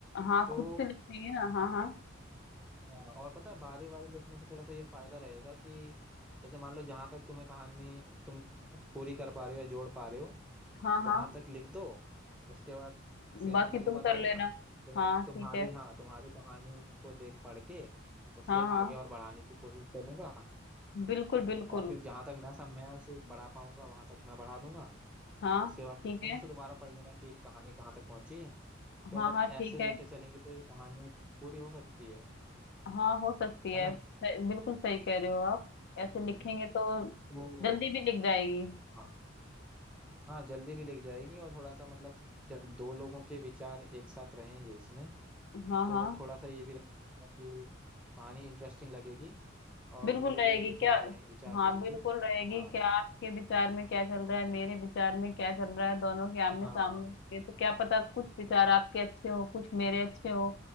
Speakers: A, on the left; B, in the centre.
A: हाँ
B: तो
A: खुद से लिखेंगे ना हाँ हाँ
B: हाँ, और पता है बारी बारी लिखने से थोड़ा सा ये फायदा रहेगा कि जैसे मान लो जहां तक तुम्हें कहानी तुम पूरी कर पा रहे हो या जोड़ पा रहे हो
A: हाँ हाँ
B: वहां तक लिख दो उसके बाद फिर
A: बाकी
B: तुम मुझे
A: तुम
B: बता
A: कर लेना
B: देना तो मैं
A: हाँ
B: तुम्हारी
A: ठीक है
B: हाँ तुम्हारी कहानी को देख पढ़ के उसके
A: हाँ हाँ
B: आगे और बढ़ाने की कोशिश करूंगा
A: बिल्कुल बिल्कुल
B: और फिर जहां तक मैं सब मैं उसे बढ़ा पाऊंगा वहां तक मैं बढ़ा दूंगा
A: हाँ
B: उसके बाद
A: ठीक
B: तुम
A: है
B: उसे दोबारा पढ़ लेना कि कहानी कहाँ तक पहुंची है तो
A: हाँ
B: अगर
A: हाँ ठीक
B: ऐसे लेके
A: है
B: चलेंगे तो ये कहानी पूरी हो सकती है
A: हाँ हो सकती
B: है
A: है
B: ना
A: सही- बिल्कुल सही कह रहे हो आप ऐसे
B: हम्म।
A: लिखेंगे तो
B: तो
A: जल्दी भी लिख जाएगी
B: हाँ हाँ जल्दी भी लिख जाएगी और थोड़ा सा मतलब जब दो लोगों के विचार एक साथ रहेंगे इसमें
A: हाँ
B: तो
A: हाँ
B: थोड़ा सा ये भी रहेगा कि कहानी इंटरेस्टिंग लगेगी और
A: बिल्कुल
B: मिले
A: रहेगी
B: जुले विचार
A: क्या
B: रहे विचार
A: हाँ
B: रहेंगे
A: बिल्कुल रहेगी
B: हाँ
A: क्या आपके विचार में क्या चल रहा है मेरे विचार में क्या चल रहा है दोनों के आमने
B: हाँ
A: सामने होंगे तो क्या पता कुछ विचार आपके अच्छे हो कुछ मेरे अच्छे हो